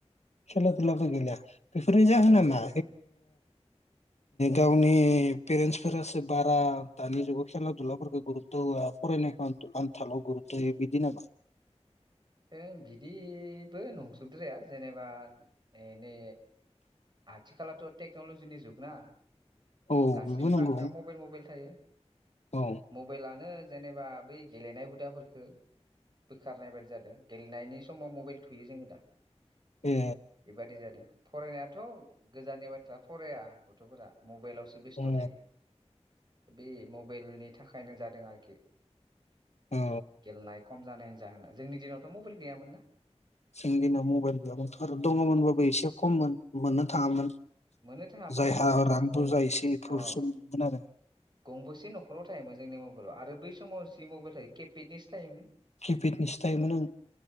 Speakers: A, on the left; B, on the right.
A: खेला दुलाबो गैला बेफोरनि जाहोनामा
B: मबाइलजों
A: गावनि पेरेन्टसफोरासो बारा दानि जुगाव खेला दुलाफोरखौ गुरुतथ होआ फरायनायखौ आन्थालाव गुरुतथ होयो बिदिनो
B: ओ बिदिबो नंजोबद्राया जेनेबा ए नै आथिखलाथ टेक्नलजिनि जुगना
A: औ
B: गासैनि
A: बेबो नंगौ
B: बाखायाव मबेइल मबेइल थायो
A: औ
B: मबाइलानो जेनेबा बै गेलेनाय हुदाफोरफोरखौ बोखारनाय बायदि जादों गेलेनायनि समाव मबाइल थुयो जोङो दा
A: ए
B: बेबादि जादों फरायनायाथ' गोजाननि बाथ्रा फराया गथ'फोरा मबाइलावो सुब बेस्थ
A: उम
B: थायो बे मबाइलनि थाखायनो जादों आरोखि
A: औ
B: गेलनाय खम जानायनि जाहोना जोंनि दिनावथ मबाइल गैयामोन ना
A: जोंनि दिनाव मबाइल गैयावथ दङमोनबाबो एसे खममोन मोननो थाङामोन
B: मोननो थाङामोन
A: जायहा रां
B: गं
A: बुरजा एसे
B: अ
A: प्रसन मोन आरो
B: गंबेसे नखराव थायोमोन जोंनि मबाइलाव आरो बै समाव जि मबाइल थायो केपेडनिसो थायोमोन
A: किपेडनि सिथायोमोन ओं